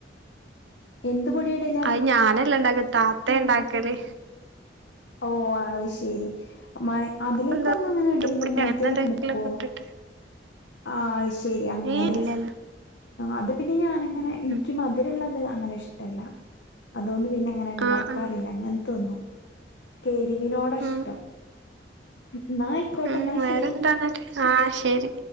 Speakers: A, on the left; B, on the right.
A: എന്ത് പൊട്യ ഇടെൽ
B: അഹ് ഞാനല്ല ഇണ്ടാക്കൽ. താത്തെ ഇണ്ടാക്കല്.
A: ഓ അഹ് ശെരി. അതിലേക്ക്
B: എന്താ
A: ഒന്ന് അങ്ങനെ ഇടലില്ല.
B: പൊടിയോ
A: മൈദേലൊക്കെ
B: അങ്ങനെ എന്തെങ്കിലൊക്കെ
A: മുക്കൊ.
B: ഇട്ടിട്ട്
A: ആ അഹ് ശെരി. അങ്ങനെ.
B: ഏഹ് ഇല്ലല്ല
A: അത് പിന്നെ ഞാനങ്ങനെ
B: ഉം
A: ഇൻക്ക്
B: ഉം
A: മ ധുരള്ളത് അങ്ങനെ ഇഷ്ടല്ല. അതോണ്ട് പിന്നെ അങ്ങനെ ഇണ്ടാക്കാറില്ല
B: ആഹ് ആഹ്
A: അങ്ങൻതൊന്നും. കെരുവിനോട ഇഷ്ടം.
B: ഉം
A: ഇന്നാ ആയിക്കോട്ടെ
B: ഉം
A: ഇന്നാ
B: വേറെന്താന്നട്ട്
A: ശെരി.
B: ആഹ് ശെരി.